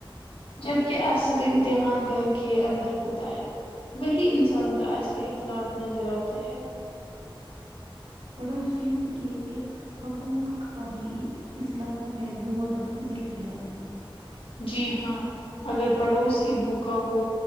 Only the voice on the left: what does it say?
جبک اصل امتحان گھر کے اندر ہوتا ہے وہی انسان کا اصلی اخلاق نظر آتے ہے
جی ہاں اگر پڑوسی بھوکا ہو